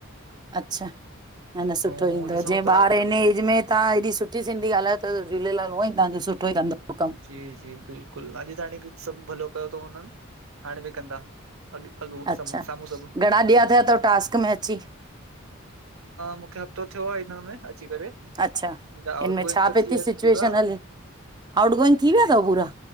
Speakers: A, on the right (about 20°); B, on the right (about 75°).
A: अच्छा न न सुठो
B: ऐं
A: ईंदो
B: ॾिसूं
A: जें
B: था
A: ॿार
B: अगरि
A: हिन एज में तव्हां हेॾी सुठी सिंधी ॻालायो ता त झूलेलाल उअं ई तव्हां जो सुठो ई कंदो। कमु
B: जी, जी बिल्कुल अॼु ताणी सभु भलो कयो तऊं न हाणे बि कंदा। अॻ अॻो
A: अच्छा,
B: साम्हूं साम्हूं सभु
A: घणा ॾींहं थिया तव टास्क में अची?
B: मूंखे हफ़्तो थियो आ हिन में अची करे।
A: अच्छा
B: मुंहिंजा आउट
A: इनमें
B: गोइंग
A: छा
B: त
A: पई
B: थी विया
A: ती सिचुएशन
B: आहिनि पूरा
A: हले, आउट गोइंग थी विया
B: जी
A: तव पूरा?